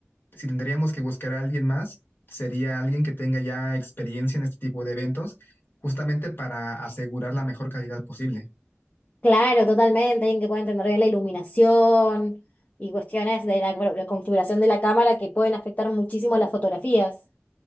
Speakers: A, on the left (about 50°); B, on the left (about 30°).
A: si tendríamos que buscar a alguien más, sería alguien que tenga ya experiencia en este tipo de eventos, justamente para asegurar la mejor calidad posible.
B: Claro, totalmente, alguien que pueda entender bien la iluminación y cuestiones de la, bueno, la configuración de la cámara que pueden afectar muchísimo las fotografías.